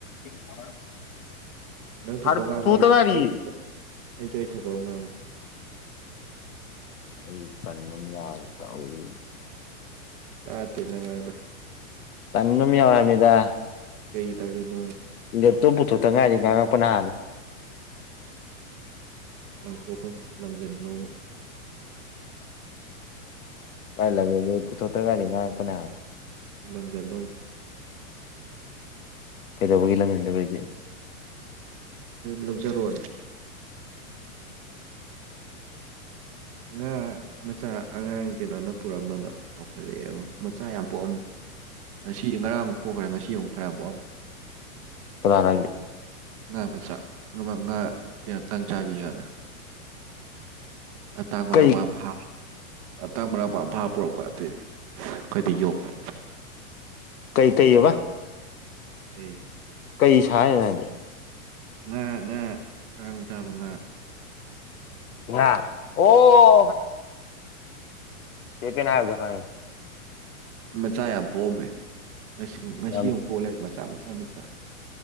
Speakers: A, on the left; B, on the right.
A: ꯁꯅ
B: ꯅꯪ ꯊꯣꯛꯄ
A: ꯐꯔ
B: ꯑꯃ ꯉꯥꯡꯉꯣ ꯅꯪ ꯊꯣꯛꯄ ꯑꯃ ꯉꯥꯡꯉꯣ
A: ꯇꯨ
B: ꯑꯩꯁꯨ
A: ꯇ ꯃꯔꯤ
B: ꯑꯩ ꯊꯣꯛꯄ ꯑꯩꯁꯨ ꯑꯩ ꯊꯣꯛꯄ ꯑꯃ ꯉꯥꯡꯉꯦ
A: ꯑꯩ ꯄꯟꯕ ꯌꯥ ꯇꯥꯎꯏ
B: ꯇꯥꯇꯦꯅꯉꯥꯏꯅ
A: ꯇꯟꯅꯃꯤ ꯌꯥꯃꯤꯗ
B: ꯀꯩ ꯇꯅꯣ
A: ꯂꯦꯞꯇꯣ ꯄꯨꯊꯣꯛꯇ ꯉꯥꯏꯔꯤ ꯉꯥꯡꯉꯛꯄ ꯅꯍꯥꯟꯅ
B: ꯂꯪꯊꯣꯛꯐꯝ ꯂꯪꯖꯟꯂꯣꯃꯨ
A: ꯀꯥꯏ ꯂꯊꯣꯇꯒꯅꯤ ꯀ ꯀꯅ ꯍꯥ
B: ꯂꯝꯪꯖꯜꯂꯣ
A: ꯀꯩꯗꯧꯕꯒꯤ ꯂꯝꯕꯤꯟꯗ ꯀꯩꯗꯦ
B: ꯂꯧꯖꯔꯣꯅꯤ ꯉꯥ ꯃꯆꯥ ꯑꯉꯥꯡ ꯀꯩꯅꯣꯅ ꯄꯨꯔꯛꯝꯕꯗꯣ ꯆꯥꯎꯈꯠꯂꯛꯑꯦꯕ ꯃꯆꯥ ꯌꯥꯝ ꯄꯣꯛꯑꯝꯃꯦ ꯉꯁꯤ ꯉꯔꯥꯡꯨꯛ ꯄꯣꯛꯈ꯭ꯔꯦ ꯉꯁꯤ ꯑꯃꯨꯛ ꯐꯔ ꯄꯣꯛꯑꯝ
A: ꯐꯔꯒꯦ
B: ꯉꯥ ꯃꯆꯥ ꯉꯥ ꯀꯌꯥꯀ ꯆꯥꯕꯤ ꯌꯥꯅ ꯑꯇꯥꯡꯕꯔꯕꯚꯥ
A: ꯀꯩ
B: ꯑ ꯇꯚꯥꯞ ꯄꯨꯔꯛꯄ ꯑꯩꯈꯣꯏꯗꯤ ꯌꯣꯛꯄ
A: ꯀꯩ ꯀꯩꯕ
B: ꯀꯩ
A: ꯀꯩ ꯁꯔꯤꯅ ꯍꯥꯏꯗ
B: ꯉꯥ ꯉꯥ ꯀꯥꯡꯔꯥꯡ ꯆꯥꯕ ꯉꯥ
A: ꯉ ꯑꯣ ꯆꯦ ꯄꯅ ꯍꯥꯏꯔꯗ ꯐ
B: ꯃꯆꯥ ꯌꯥꯝ ꯄꯣꯝꯃꯦ ꯉ ꯉꯁꯤ
A: ꯌꯥꯝ
B: ꯑꯃꯨꯛ ꯄꯣꯂꯕ ꯃꯆꯥ ꯃꯆꯥ ꯃꯆꯥ